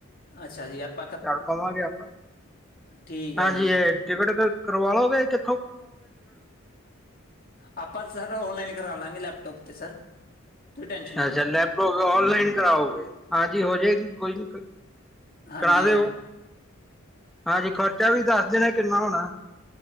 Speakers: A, on the left; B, in the centre.
A: ਅੱਛਾ ਜੀ ਆਪ
B: ਚੱਲ ਪਵਾਂਗੇ ਆਪਾਂ
A: ਠੀਕ ਹੈ
B: ਹਾਂਜੀ
A: ਜੀ
B: ਇਹ ਟਿਕਟ ਕਰਵਾ ਲੋਗੇ ਕਿ
A: ਆਪਾਂ ਸਰ ਔਨਲਾਈਨ ਕਰਾ ਲਾਂਗੇ ਲੈਪਟੋਪ ਤੇ ਸਰ ਤੁਸੀਂ ਟੈਨਸ਼ਨ ਨਾ ਲਓ
B: ਅੱਛਾ ਲੈਪਟੋਪ ਔਨਲਾਈਨ ਕਰਾਓਗੇ ਹਾਂਜੀ ਹੋ ਜਾਏਗੀ ਕੋਈ ਨੀ
A: ਹਾਂਜੀ
B: ਕਰਾ ਦਿਓ
A: ਹਾਂ
B: ਹਾਂਜੀ ਖਰਚਾ ਵੀ ਦੱਸ ਦੇਣਾ ਕਿੰਨਾ ਹੋਣਾ